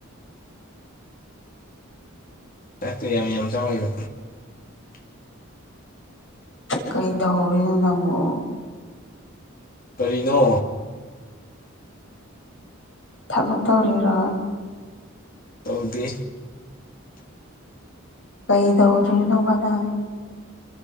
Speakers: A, on the left; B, on the left.
A: ꯆꯥꯛꯇ‌ꯣ ꯌꯥꯝ ꯌꯥꯝ ꯆꯥꯎ ꯍꯥꯏꯕ
B: ꯀꯩꯗꯧꯔꯤꯅꯣ ꯅꯪꯕꯣ
A: ꯀꯔꯤꯅꯣ
B: ꯊꯕꯛ ꯇꯧꯔꯤꯔꯣ
A: ꯇꯧꯗꯦ
B: ꯀꯩꯗꯧꯔꯤꯅꯣꯕ ꯅꯪ